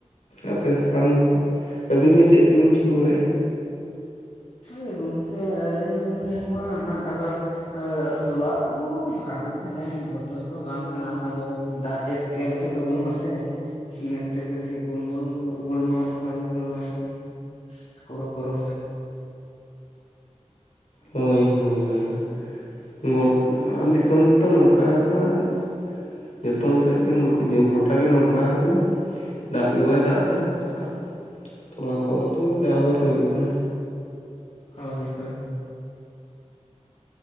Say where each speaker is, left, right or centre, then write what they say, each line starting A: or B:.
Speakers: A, on the left; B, on the left.
A: ᱟᱯᱮ ᱟᱢ ᱟᱹᱵᱤᱱ ᱜᱮ ᱪᱮᱫᱵᱤᱱ ᱪᱤᱠᱟᱹ ᱵᱟᱲᱟᱭᱮᱫ-ᱟ?
B: ᱳᱭ ᱜᱚᱝᱠᱮ ᱟᱹᱞᱤᱧᱢᱟ ᱟᱫᱚ ᱛᱚᱞᱟ ᱠᱚᱫᱚ ᱦᱟᱨᱟ ᱫᱚ ᱦᱟᱨᱟ ᱨᱚᱦᱚᱭ ᱦᱚᱸ ᱜᱟᱱ ᱠᱟᱱᱟ ᱟᱫᱚ ᱫᱟᱜ ᱡᱟᱹᱥᱛᱤ <unintelligible> ᱟᱞᱮ ᱥᱮᱫ ᱫᱚ ᱵᱟᱹᱱᱩᱜ ᱟᱥᱮ, ᱤᱱᱟᱹ ᱠᱷᱟᱹᱛᱤᱨ ᱜᱮ ᱠᱟᱹᱴᱤᱡ ᱜᱳᱞᱢᱟᱞ ᱜᱳᱞᱢᱟᱞᱚᱜ ᱠᱟᱱᱟ ᱨᱚᱦᱚᱭ ᱟᱨᱠᱤ᱾ ᱦᱩᱲᱩ ᱠᱚ ᱨᱚᱦᱚᱭ,
A: ᱦᱩᱭ ᱦᱩᱭ ᱦᱩᱭ <unintelligible> ᱱᱚᱣᱟ ᱫᱤᱥᱚᱢ ᱜᱮᱛᱚ ᱱᱚᱝᱠᱟ ᱠᱟᱱᱟ ᱱᱟᱜ, ᱡᱚᱛᱚᱢ ᱥᱮᱫ ᱜᱮ ᱱᱩᱝᱠᱩ ᱜᱚᱴᱟ ᱜᱮ ᱱᱚᱝᱠᱟ ᱟᱠᱟᱱᱟ᱾ ᱫᱟᱜ ᱜᱮ ᱵᱟᱭ ᱫᱟᱜ ᱮᱫᱟ ᱟᱨ ᱛᱚᱞᱟ ᱠᱚ ᱛᱚᱢᱟ ᱡᱟ ᱦᱚᱵᱟᱨ ᱦᱩᱭᱩᱜ ᱠᱟᱱᱟ᱾
B: ᱦᱳᱭ ᱦᱳᱭ᱾